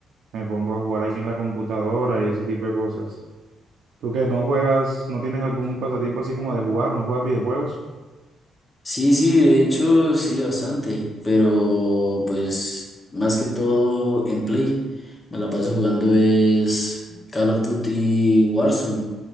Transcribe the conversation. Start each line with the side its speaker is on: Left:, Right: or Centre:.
Right: me pongo a jugar aquí en la computadora y ese tipo de cosas. ¿Tú qué? ¿No juegas? ¿No tienes algún pasatiempo así como de jugar? ¿No juegas videojuegos?
Left: Sí, sí, de hecho, sí, bastante, pero pues más que todo en Play. Me la paso jugando es Call of Duty Warzone